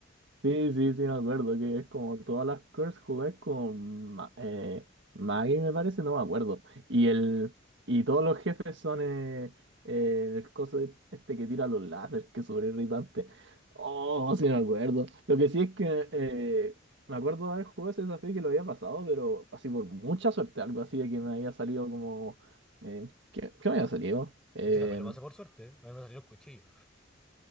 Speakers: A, on the right; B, in the centre.
A: Sí, sí, sí, me acuerdo que es como todas las curves jugáis con Ma- eh, Maggie, me parece, no me acuerdo. Y el y todos los jefes son eh, eh, el coso de- este que tira los láseres, que es súper irritante. Oh, sí, me acuerdo. Lo que sí es que eh, me acuerdo de haber jugado ese desafío y que lo había pasado, pero así por mucha suerte, algo así de que me había salido como. eh, ¿qué, qué me había salido? Eh,
B: Yo también lo pasé por suerte, ¿eh? A mí me salieron cuchillos.